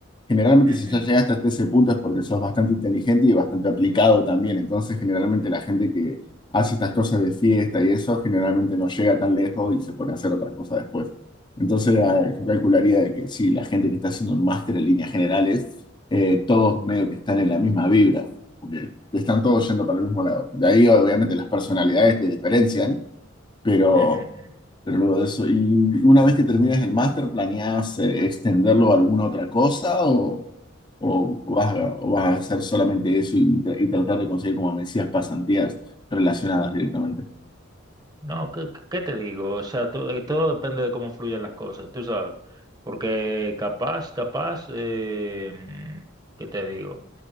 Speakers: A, on the left (about 25°); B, on the right (about 20°).
A: generalmente
B: ujú,
A: si ya llegaste hasta ese punto es porque sos bastante inteligente y bastante aplicado también. Entonces, generalmente la gente que hace estas cosas de fiesta y eso, generalmente no llega tan lejos y se pone a hacer otra cosa después. Entonces, eh, yo calcularía de que sí, la gente que está haciendo un máster en líneas generales, eh, todos medio que están en la misma vibra están todos yendo para el mismo lado. De ahí, obviamente, las personalidades te diferencian, pero,
B: ujú, ujú.
A: pero luego de eso. ¿Y una vez que termines el máster, planeas eh, extenderlo a alguna otra cosa o, o, o vas a, o vas a hacer solamente eso y, tra- y tratar de conseguir, como me decías, pasantías relacionadas directamente?
B: No, ¿qué, qué- qué te digo? O sea, todo, todo depende de cómo fluyan las cosas, tú sabes. Porque capaz, capaz, eh, mm, ¿qué te digo?